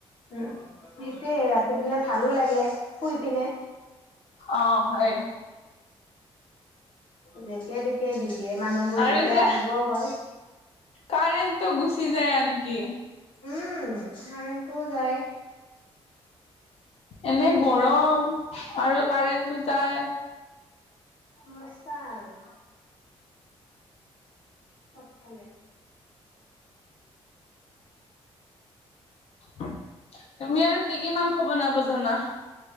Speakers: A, on the left; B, on the left.
A: উম সেইটোয়ে ৰাতি দিলে ভালো লাগে শুই পিনে।
B: অ', হয়
A: যেতিয়াই তেতিয়াই দি দিয়ে মানুহবোৰ
B: আৰু
A: যেতিয়া
B: যে
A: আহিব হয়
B: কাৰেণ্টটো গুচি যায় আনকি
A: উম, কাৰন্টো যায়।
B: এনে গৰম আৰু কাৰেণ্টটো যায়।
A: সমস্যা আৰু। চবফালে <unintelligible>
B: তুমি আৰু কি, কি মাংস বনাব জানা?